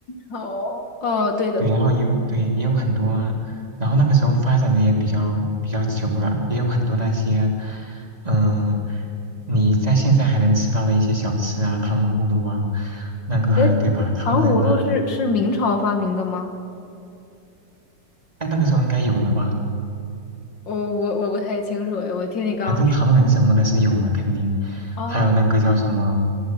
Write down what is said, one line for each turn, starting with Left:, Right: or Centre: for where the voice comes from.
Left: 哦哦，对的对。
Right: 对，然后也有对也有很多，然后那个时候发展的也比较比较久了，也有很多那些，嗯、你在现在还能吃到的一些小吃啊，糖葫芦啊，那个对吧？
Left: 哎，
Right: 糖人啊，
Left: 糖葫芦是是明朝发明的吗？
Right: 但那个时候应该有了吧？
Left: 我我我不太清楚哎，我听你刚刚说。
Right: 反正唐人什么的是有的，肯定，
Left: 哦
Right: 还有那个叫什么，